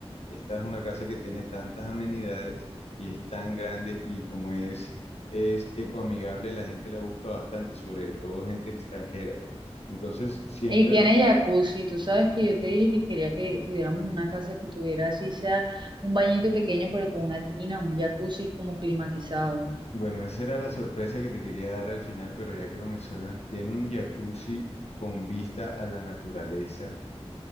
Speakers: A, on the left; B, on the right.
A: Esta es una casa que tiene tantas amenidades y es tan grande y como es, es ecoamigable, la gente la busca bastante, sobre todo gente extranjera. Entonces, siempre
B: Y tiene
A: lo...
B: jacuzzi, tú sabes que yo te dije que quería que tuviéramos una casa que tuviera así sea un bañito pequeño, pero con una tina, un jacuzzi como climatizado.
A: Bueno, esa era la sorpresa que te quería dar al final, pero ya que lo mencionas, tiene un jacuzzi con vista a la naturaleza,